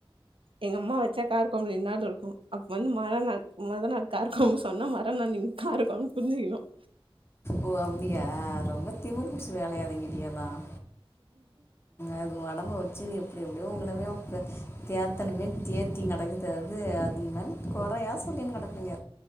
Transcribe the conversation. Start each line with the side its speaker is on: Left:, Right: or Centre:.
Right: எங்க அம்மா வச்சா கார குழம்பு ரெண்டுநாள் ருக்கும் அப்ப வந்து மராநாள் மொத நாள் காரகொழம்பு சொன்னா மராநாள் நீங்க காரக்கொழம்பு புரிஞ்சுக்கணும்
Left: ஓ அப்டியா ரொம்ப திமுர் புடிச்சி அலையாதீங்கடி அதாம் அது ஒடம்பு வச் வச்சினு எப்டி எப்டியோ உங்களயு தேத்தனுமே தேத்தினு கெடக்குது அது அதுமேல குறையா சொல்லினு கெடப்பீங்க